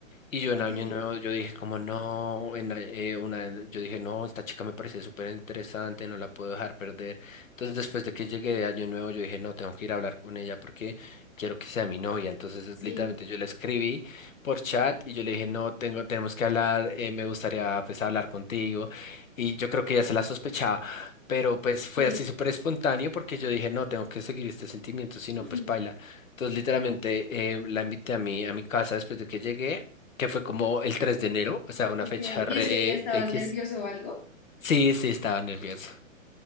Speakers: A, on the left; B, on the left.
A: y yo
B: Ok,
A: en Año Nuevo, yo dije como no, en la- eh, una, de- yo dije no, esta chica me parece súper interesante, no la puedo dejar perder. Entonces después de que llegué de Año Nuevo, yo dije no, tengo que ir a hablar con ella porque quiero que sea mi novia. Entonces es-
B: sí,
A: literalmente yo le escribí por chat y yo le dije no, tengo, tenemos que hablar, eh, me gustaría pues hablar contigo. Y yo creo que ella se la sospechaba, pero pues fue
B: sí.
A: así súper espontáneo porque yo dije no, tengo que seguir este sentimiento, si no
B: <clears throat>
A: pues paila. Entonces literalmente eh, la invité a mi, a mi casa después de que llegué que fue como el 3 de enero, o sea, una
B: Ok,
A: fecha
B: ¿y
A: re
B: ese día estabas
A: X.
B: nervioso o algo?
A: Sí, sí, estaba nervioso.